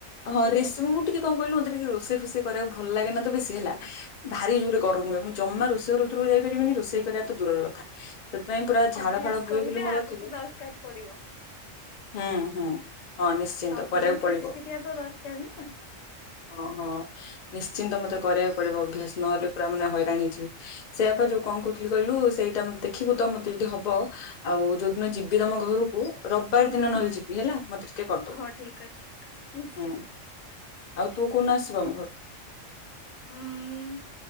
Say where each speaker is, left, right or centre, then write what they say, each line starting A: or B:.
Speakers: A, on the left (about 55°); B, on the left (about 80°).
A: ହଁ ରେ ଏସବୁ ମୁଁ ଟିକେ କଣ କହିଲୁ ମତେ ଟିକେ ରୋଷଇ ଫୋଷଇ କରିବାକୁ ଭଲ ଲାଗେ ନା ତ ବେଶୀ ହେଲା। ଭାରି ଜୋରେ ଗରମ ହୁଏ ମୁଁ ଜମା ରୋଷେଇ ଘର ଭିତରକୁ ଯାଇପାରିବିନି ରୋଷେଇ କରିବା ତ ଦୂରର କଥା। ସେଥିପାଇଁ ପୁରା ଝାଳ
B: ଅଭ୍ୟାସ
A: ଫାଳ ବୁହେ
B: କରିଦେ
A: ବୋଲି ମୋର
B: ଆଗକୁ
A: ଅଥିବ
B: ଦରକାର ପଡିବ।
A: ହୁଁ ହୁଁ। ହଁ ନିଶ୍ଚିନ୍ତ
B: ସବୁ
A: କରିବାକୁ
B: ଜିନିଷ
A: ପଡିବ
B: ଶିଖିଥିବା ତ ଦରକାର ନା
A: ହଁ ହଁ। ନିଶ୍ଚିନ୍ତ ମତେ କରିବାକୁ ପଡ଼ିବ ଅଭ୍ୟାସ ନହେଲେ ପୁରା ମାନେ ହଇରାଣ ହେଇଯିବି। ସେଇଆ ବା ଯୋଉ କଣ କହୁଥିଲି କହିଲୁ ସେଇଟା ମତେ ଦେଖିବୁ ତ ମତେ ଯଦି ହବ ଆଉ ଯୋଉଦିନ ଯିବି ତମ ଘରକୁ ରବିବାର
B: ହୁଁ
A: ଦିନ ନହେଲେ ଯିବି ହେଲା ମତେ ଟିକେ କରିଦବୁ
B: ହଉ ଠିକ ଅଛି। ନିଶ୍ଚିତ
A: ହୁଁ। ଆଉ ତୁ କୋଉ ଦିନ ଆସିବୁ ଆମ ଘରକୁ?
B: ଉଁ